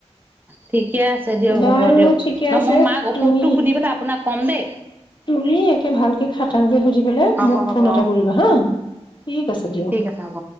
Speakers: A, on the right; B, on the left.
A: ঠিক ঠিকে আছে দিয়ক
B: বাৰু
A: হ'ব দিয়ক
B: ঠিকে
A: ন
B: আছে
A: মই মাক ঔষধতটো
B: তুমি
A: সুধি পেলাই আপোনাক কমদে
B: তুমি একে ভালকে খাটাংকে সুধি বলৈ
A: হ'ব
B: মোক
A: হ'ব
B: ফোন এটা
A: অ
B: কৰিবা হা ঠিক আছে দিয়া
A: ঠিক আছে হ'ব